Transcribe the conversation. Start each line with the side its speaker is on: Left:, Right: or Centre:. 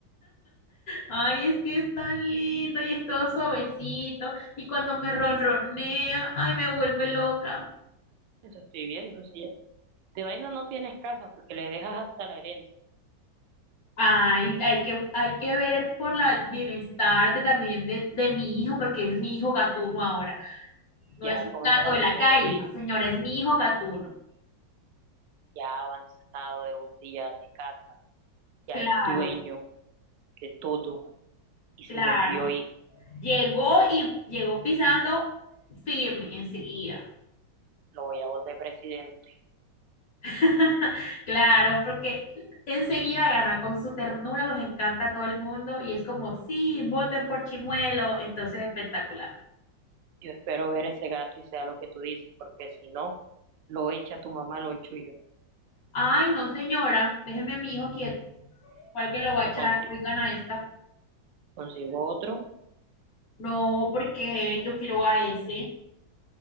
Left: Ay, es que es tan lindo y es todo suavecito. Y cuando me ronronea, ay, me vuelve loca.
Right: Eso estoy viendo. Si ya. De vaina no tienes casa porque le dejas hasta la herencia.
Left: Ay, hay que, hay que ver por la- el bienestar de, también de, de mi hijo, porque es mi hijo gatuno ahora. No
Right: Ya
Left: es
Right: comenzamos,
Left: un gato de la
Right: ya
Left: calle,
Right: estoy
Left: no, señor, es mi hijo gatuno.
Right: ya avanzado de un día de casa. Ya
Left: Claro,
Right: es dueño de todo y se
Left: claro.
Right: volvió hijo
Left: Llegó y llegó pisando firme enseguida.
Right: lo voy a volver presidente.
Left: <laughs> Claro, porque enseguida gana, con su ternura los encanta a todo el mundo y es como, sí, voten por Chimuelo, entonces espectacular.
Right: Yo espero ver ese gato y sea lo que tú dices, porque si no, lo echa tu mamá, lo echo yo.
Left: Ay, no, señora, déjeme a mi hijo quieto. ¿Cuál que lo va
Right: Te
Left: a echar?
Right: consigo,
Left: Hoy gana esta.
Right: consigo otro,
Left: No, porque yo quiero a ese.